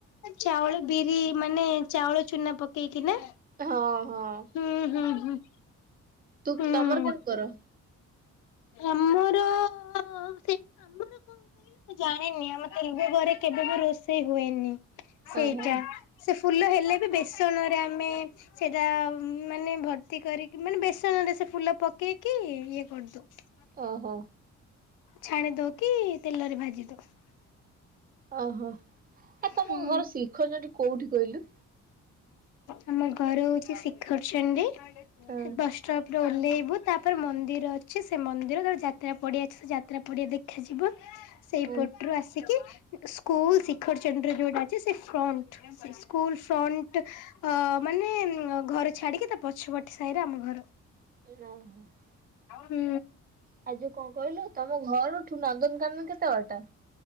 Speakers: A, on the left; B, on the right.
A: ଚାଉଳ ବିରି ମାନେ ଚାଉଳ ଚୁନା ପକେଇକି ନା।
B: ହଁ ହଁ।
A: ହୁଁ ହୁଁ ହୁଁ।
B: ତୁ
A: ହୁଁ।
B: ତମର କେମତି କର?
A: ଆମର ସେ ଆମର କ କହ ଜାଣିନି ଆମ ତଭ ଘରେ କେବେ ବି ରୋଷେଇ ହୁଏନି ସେଇଟା।
B: ହଁ ହଁ
A: ସେ ଫୁଲ ହେଲେ ବି ବେସନରେ ଆମେ ସେଟା ମାନେ ଭର୍ତ୍ତି କରିକି ମାନେ ବେସ ନରେ ସେ ଫୁଲ ପକେଇକି ଇଏ କରିଦୋଉ।
B: ଓହୋ।
A: ଛାଣି ଦୋଉ କି ତେଲରେ ଭାଜି ଦୋଉ।
B: ଅହଁ ଆ ତମ
A: ହୁଁ
B: ଘର ଶିଖରଚଣ୍ଡୀ କୋଉଠି କହିଲୁ।
A: ଆମ ଘର ହୋଉଚି ଶିଖରଚଣ୍ଡୀ
B: ହଁ
A: ହେ ବସ୍ ଷ୍ଟପ ରେ ଓହ୍ଲେଇବୁ ତାପରେ ମନ୍ଦିର ଅଛି ସେ ମନ୍ଦିର ତାପରେ ଯାତ୍ରା ପଡିଆ ଅଛି ସେ ଯାତ୍ରା ପଡିଆ ଦେ ଖାଯିବ ସେଇ
B: ଉଁ
A: ପଟୁରୁୁ ଆସିକି ସ୍କୁଲ ଶିଖରଚଣ୍ଡୀରେ ଯୋଉଟା ଅଛି ସେ ଫ୍ରଣ୍ଟ ସେଇ ସ୍କୁଲ ଫ୍ରନ୍ ଅ ମାନେ ଘର ଛାଡିକି ତା ପଛ ପଟ୍ ସାହିରେ ଆମ ଘର।
B: <unintelligible>
A: ହୁଁ।
B: ଆ ଯୋଉ କଁ କହିଲୁ ତମ ଘରଠୁ ନନ୍ଦନକାନନ କେତେ ବାଟା।